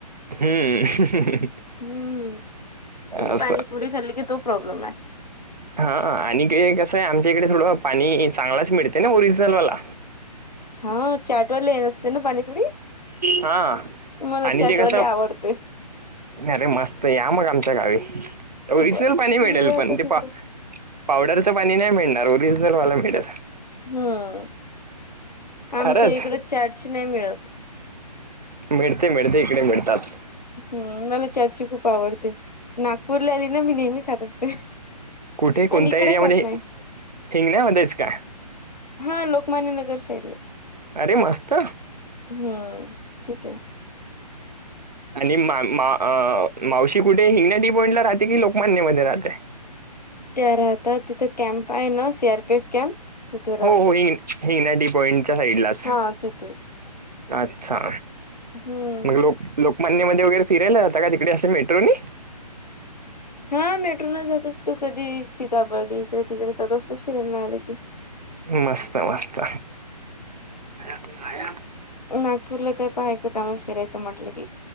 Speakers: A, on the right; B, on the left.
A: हम्म.
B: हम्म
A: असं
B: पाणीपुरी खाल्ली की तो प्रॉब्लेमाय.
A: हा आणि ते कसं आहे आमच्या इकडे थोडं पाणी चांगलाच मिळते ना ओरिजिनल वाला.
B: हा चाटवाले न असते ना पाणीपुरी?
A: हा
B: मला
A: आणि
B: चाटवाले
A: ते कसं
B: आवडते.
A: अरे मस्त या मग आमच्या गावी. ओरिजनल
B: बर
A: पाणी मिळेल
B: येऊ
A: पण
B: आता
A: ते
B: तिकडे
A: पा पावडरचं पाणी नाही मिळणार ओरिजनलवाला मिळयच
B: हम्म आमच्या
A: खरंच
B: इकड चटची नाही मिळत
A: मिळते मिळते इकडे मिळतात
B: हम् मला चर्चा खूप आवडते नागपूरला आली ना मी नेहमी खात असते
A: कुठे कोणत्या
B: आणि इकडं
A: एरियामध्ये
B: खात नाही.
A: हिंगण्यामध्येच का
B: हा लोकमान्य नगर साईड ला.
A: अरे मस्त.
B: हम्म तिथे.
A: आणि मा मा- मावशी कुठे हीनंदी पॉईंटला राहते की लोकमान्य मध्ये राहते?
B: त्या राहता तिथं कॅम्प आहे ना सी आरपीएफ कॅम्प तिथे राहतात.
A: हो हो हिंग हिंगना टी पॉइंटच्या साईडला
B: हा तिथेच
A: अच्छा
B: हम्म.
A: मग लोक लोकमान्यमध्येध्ये वगैरे फिरायला जात का तिकडे असे मेट्रो नाही
B: हा मेट्रोला जात असतो कधी सीतापर्डी इकडे तिकडे जात असतो फिरयला आलं की
A: मस्त मस्त अ आया
B: नागपूरला काय पहायचं काम फिरायचं म्हटलं कि